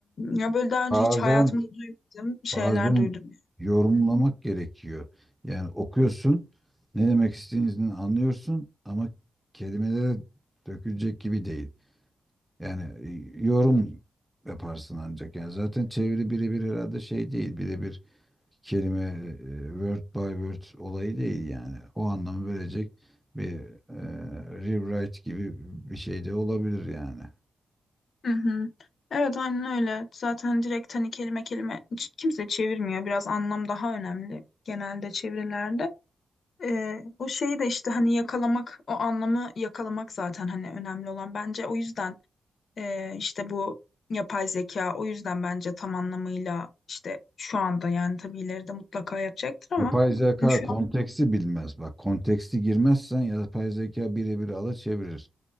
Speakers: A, on the left; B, in the centre.
A: ya böyle daha önce
B: Bazen
A: hiç hayatımda duymadığım şeyler
B: bazen
A: duydum.
B: yorumlamak
A: Hı hı.
B: gerekiyor. Yani okuyorsun, ne demek istediğini anlıyorsun ama kelimelere dökülecek gibi değil. Yani e, yorum yaparsın ancak. Yani zaten çeviri birebir herhalde şey değil. Birebir kelime e, word by word olayı değil yani. O anlamı verecek bir e, rewrite gibi bir şey de olabilir yani.
A: Hı hı. Evet aynen öyle. Zaten direkt hani kelime kelime hiç kimse çevirmiyor. Biraz anlam daha önemli genelde çevirilerde. Ee, o şeyi de işte hani yakalamak, o anlamı yakalamak zaten hani önemli olan. Bence o yüzden e, işte bu yapay zeka o yüzden bence tam anlamıyla işte şu anda yani tabii ileride mutlaka yapacaktır ama
B: Yapay zeka
A: hani şu
B: konteksti
A: an
B: bilmez bak. Konteksti girmezsen yapay zeka birebir alır çevirir